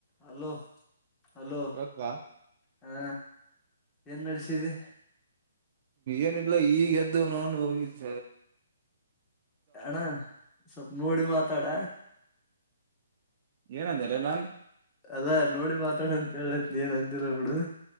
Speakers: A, on the left (about 15°); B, on the right (about 40°).
A: ಹಲೋ ಹಲೋ
B: ಇವತ್ತಾ
A: ಹಾ ಏನ್ ನಡಸಿಡಿ.
B: ಏನಿಲ್ಲ ಈಗ ಎದ್ದ ನೌನ ಹೋಗಿಲ್ಲ.
A: ಅಣ್ಣ ಸ್ವಪ ನೋಡಿ ಮಾತಾಡ.
B: ಏನ ಅಂದಲ್ಲ ನಾನ.
A: ಅಲ್ಲಾ ನೋಡಿ ಮಾತಾಡ ಅಂತ ಹೇಳತ ಏನ್ ಅಂದಿಲ್ಲ ಬಿಡು.